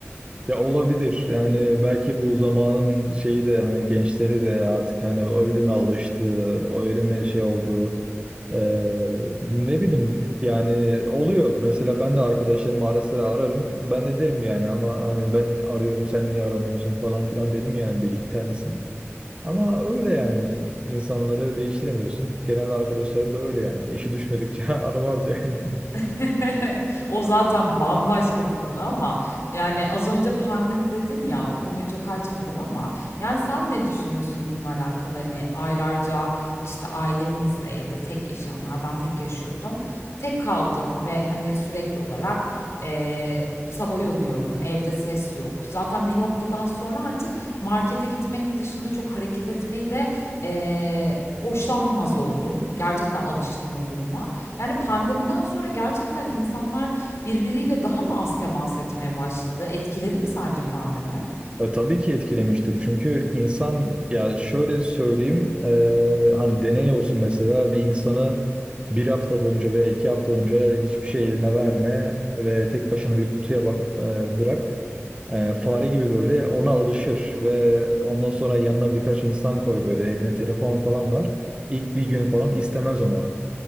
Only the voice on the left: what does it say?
<laughs> O zaten bambaşka bir konu ama yani az önce pandemi dedin ya o konuyu çok açmadım ama yani sen ne düşünüyorsun bununla alakalı? Hani aylarca işte ailemizle ya da tek yaşayanlar ben tek yaşıyordum. Tek kaldım ve hani sürekli olarak eee sabah uyanıyorum evde ses yok. Zaten bir noktadan sonra artık markete gitmek dışında çok hareket etmeyi de eee, hoşlanmaz oldum. Gerçekten alıştım o duruma. Yani, pandemiden sonra gerçekten insanlar birbiriyle daha mı az temas etmeye başladı? Etkiledi mi sence pandemi?